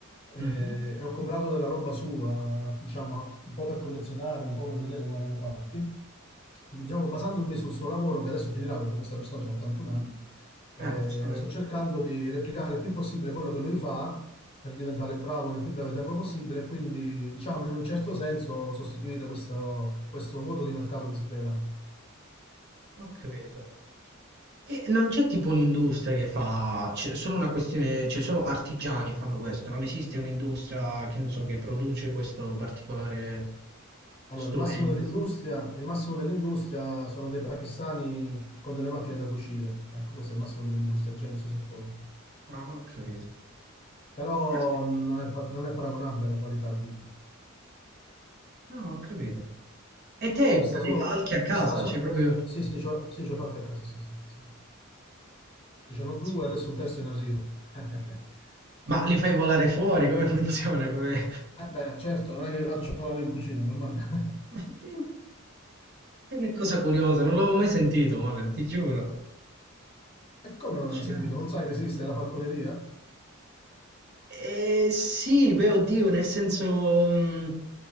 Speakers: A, on the left; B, on the right.
A: e,
B: Mh-mh.
A: e ho comprato della roba sua, diciamo, un po' per collezionare, un po' per vedere come erano fatti. diciamo, basandomi sul suo lavoro, che adesso finirà perché questa persona ha 81 anni, eh,
B: Ah, giustamente.
A: sto cercando di replicare il più possibile quello che lui fa, per diventare bravo nel più breve tempo possibile e quindi, diciamo, in un certo senso sostituire questo, questo vuoto di mercato che si creerà.
B: Ho capito. E non c'è tipo un'industria che fa c'è solo una questione cioè solo artigiani fanno questo, non esiste un'industria, che ne so, che produce questo particolare
A: Allora,
B: strumento.
A: il massimo dell'industria, il massimo dell'industria sono dei pakistani con delle macchine da cucire. Ecco, questo è il massimo dell'industria che c'è in questo settore.
B: Ah, ho capito.
A: Però
B: Caspita.
A: non è, pa- non è paragonabile alla qualità, capito?
B: Ah, ho capito. E te
A: Ci sta solo...
B: i falchi a casa?
A: Ci sta so-
B: Cioè proprio
A: sì, sì, c'ho, sì, c'ho fatto a casa, sì, sì, sì. Ci sono due,
B: Caspita.
A: adesso un terzo in arrivo. <laughs>
B: Ma li fai volare fuori? Come <laughs> funziona? Come
A: Eh beh, certo, non è che li faccio lavorare in cucina, è normale. <laughs>
B: <laughs> Che cosa curiosa, non l'avevo mai sentito, Manuel, ti giuro.
A: E come
B: Affascinante.
A: non l'hai mai sentito? Non sai che esiste la falconeria?
B: Eh, sì, beh, oddio, nel senso, mh,